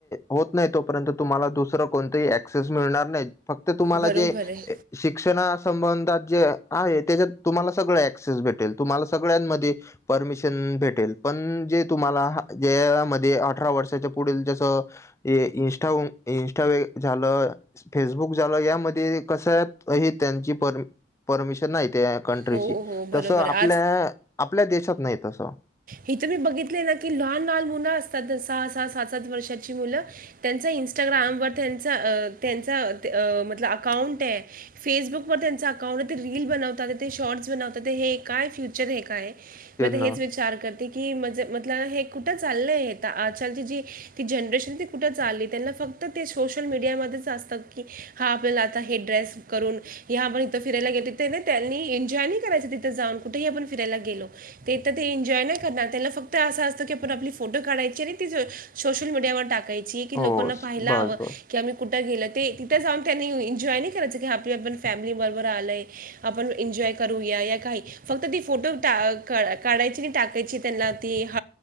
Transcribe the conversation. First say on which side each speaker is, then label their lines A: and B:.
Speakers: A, on the left; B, on the right.
A: होत नाही तोपर्यंत तुम्हाला दुसरं कोणतही ऍक्सेस मिळणार नाहीत फक्त तुम्हाला
B: बरोबर
A: जे
B: आहे
A: शिक्षणा संबंधात जे आहे त्याच्यात तुम्हाला सगळं ऍक्सेस भेटेल तुम्हाला सगळ्यांमध्ये परमिशन भेटेल पण जे तुम्हाला ज्यामध्ये अठरा वर्षाच्या पुढील जसं या इनस्टा इन्स्टा व झालं, फेसबुक झाला यामध्ये कस हे त्यांची पर परमिशन नाही त्या कंट्रीची
B: हो हो बरोबर
A: तसं आपल्या
B: आहे
A: आपल्या देशात नाही तसं.
B: हिथ मी बघितले ना की लहान लहान मुलं असतात सहा सहा सात सात वर्षाची मुलं त्यांच इन्स्टाग्रामवर त्यांचा त्यांचा म्हल अकाउंट हे फेसबुक वर त्यांच अकाउंट ते रील बनव तात ते शॉर्ट्स बनवतात हे काय फ्युचर हे काय
A: त्यांना
B: मग ते हेच वी चार करते की म्हजे म्हटलं ना हे कुठं चाललंय हे तर आजकालची जी ती जनरेशन ती कुठं चालली त्यांना फक्त ते सोशल मीडियामध्येच असतात की हा आपल्याला आता हे ड्रेस करून ह आपण इथं फिरायला गेले त्यांनी एन्जॉय नाही करायच तिथ जाऊन कुठेही आपण फिरायला गेलो ते तर ते एन्जॉय नाही करणार त्याला फक्त असं असतं की पण आपली फोटो काढायची आणि त सोशल मीडियावर टाकायची कि
A: हो
B: लोकांना
A: स-
B: पाहायला
A: बस
B: हवं
A: बस
B: कि आम्ही कुठे गेलो ते तिथे जाऊन त्यांनी एन्जॉय नाही करायचं की आपल्या आपण फॅमिली बरोबर आलय आपण एन्जॉय करूया या काही फक्त ती फोटो काढायची आणि टाकायची त्यांना ती